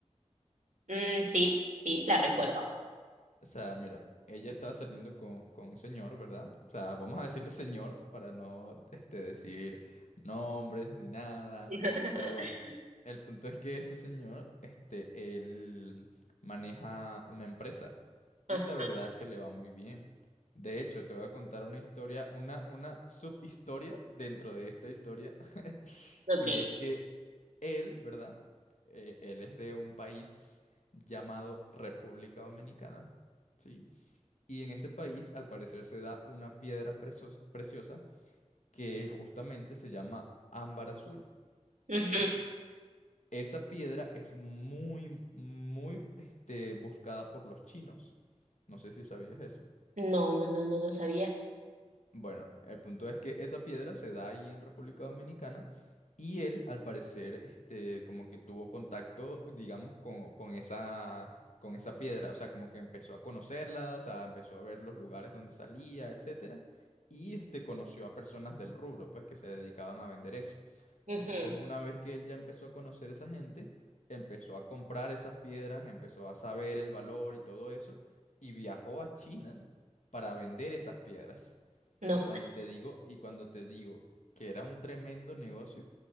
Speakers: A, on the right; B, on the left.
A: Mm, sí, sí, la recuerdo.
B: Sí, O sea, mira, ella estaba saliendo con, con un señor, ¿verdad? O sea, vamos a decirle señor para no, este, decir nombres ni nada.
A: <laughs>
B: Pero bueno, el punto es que este señor, este, él maneja una empresa
A: Ah,
B: y la verdad es que le va muy bien. De hecho, te voy a contar una historia, una, una subhistoria dentro de esta historia. <laughs>
A: ok.
B: Y es que él, ¿verdad? Eh, él es de un país llamado República Dominicana. ¿sí? Y en ese país, al parecer, se da una piedra preso- preciosa que justamente se llama ámbar azul,
A: Ujú.
B: ¿ok? Esa piedra es muy, muy, este, buscada por los chinos. No sé si sabías eso.
A: No, no, no, no lo sabía.
B: Bueno, el punto es que esa piedra se da ahí en República Dominicana y él, al parecer, este, como que tuvo contacto, digamos, con, con esa, con esa piedra, o sea, como que empezó a conocerla, o sea, empezó a ver los lugares donde salía, etcétera, y este, conoció a personas del rubro, pues, que se dedicaban a vender eso.
A: Ujú.
B: Entonces, una vez que él ya empezó a conocer esa gente, empezó a comprar esas piedras, empezó a saber el valor y todo eso, y viajó a China para vender esas piedras.
A: No.
B: Y cuando te digo, y cuando te digo que era un tremendo negocio,